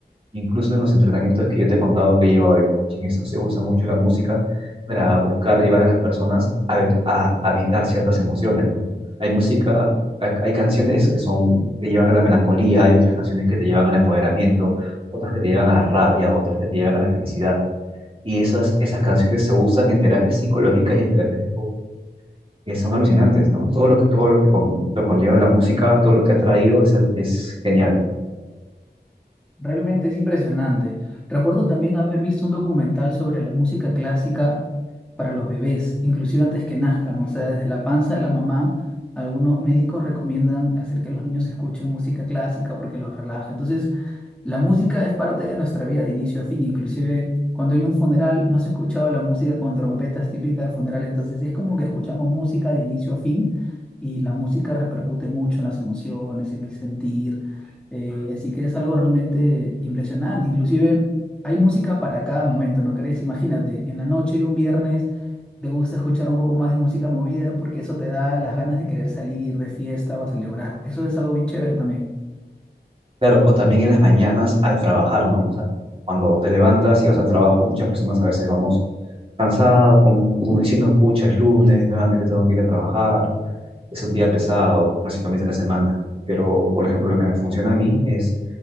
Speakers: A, on the right; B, in the centre.
A: Incluso en los entrenamientos que yo te he contado que he llevado de coaching, eso se usa mucho la música para buscar llevar a las personas a, a, a ciertas emociones, ¿no? Hay música, hay, hay canciones que son, te llevan a la melancolía, hay otras canciones que te llevan al empoderamiento, otras que te llevan a la rabia, otras que te llevan a la felicidad. Y esas, esas canciones se usan en terapias psicológicas y en terapias de coaching, que son alucinantes, ¿no? Todo lo que, todo lo que con- lo conlleva la música, todo lo que ha traído es, es genial.
B: Realmente es impresionante. Recuerdo también haber visto un documental sobre la música clásica para los bebés, inclusive antes que nazcan, o sea, desde la panza de la mamá, algunos médicos recomiendan hacer que los niños escuchen música clásica porque los relaja. Entonces, La música es parte de nuestra vida de inicio a fin, inclusive cuando hay un funeral, no se ha escuchado la música con trompetas típica de funeral, entonces es como que escuchamos música de inicio a fin y la música repercute mucho en las emociones, en el sentir, eh, así que es algo realmente impresionante, inclusive hay música para cada momento, ¿no crees? Imagínate, en la noche, un viernes, te gusta escuchar un poco más de música movida porque eso te da las ganas de querer salir de fiesta o a celebrar, eso es algo bien chévere también.
A: Claro, o también en las mañanas al trabajar, ¿no? O sea, cuando te levantas y vas al trabajo, muchas personas a veces vamos cansados, con, como diciendo, pucha, es lunes, nuevamente tengo que ir a trabajar, es un día pesado, recién comienza la semana. Pero, por ejemplo, lo que me funciona a mí es,